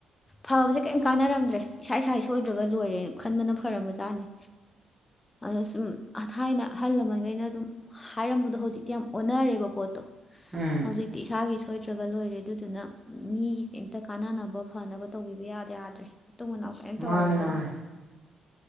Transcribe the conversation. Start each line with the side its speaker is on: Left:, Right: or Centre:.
Left: ꯐꯕꯁꯦ ꯀꯩꯝ ꯀꯥꯟꯅꯔꯝꯗ꯭ꯔꯦ ꯏꯁꯥ ꯏꯁꯥꯒꯤ ꯁꯣꯏꯗ꯭ꯔꯒ ꯂꯣꯏꯔꯦ ꯈꯟꯕꯅ ꯐꯔꯝꯕꯖꯥꯠꯅꯤ ꯑꯗ ꯁꯨꯝ ꯊꯥꯏꯅ ꯑꯍꯜ ꯂꯃꯟꯈꯩꯅ ꯑꯗꯨꯝ ꯍꯥꯏꯔꯝꯕꯗꯣ ꯍꯧꯖꯤꯛꯇꯤ ꯌꯥꯝ ꯑꯣꯟꯅꯔꯦꯕ ꯄꯣꯠꯇꯣ
Right: ꯎꯝ
Left: ꯍꯧꯖꯤꯛꯇꯤ ꯏꯁꯥꯒꯤ ꯁꯣꯏꯗ꯭ꯔꯒ ꯂꯣꯏꯔꯦ ꯑꯗꯨꯗꯨꯅ ꯃꯤꯒꯤ ꯀꯩꯝꯇ ꯀꯥꯟꯅꯅꯕ ꯐꯅꯕ ꯇꯧꯕꯤꯕ ꯌꯥꯗ ꯌꯥꯗ꯭ꯔꯦ ꯃꯇꯨꯡ ꯃꯅꯥꯎ ꯀꯔꯩꯝ ꯇꯧꯔꯔꯣꯏꯗꯝꯅꯤ
Right: ꯃꯥꯅꯦ ꯃꯥꯅꯦ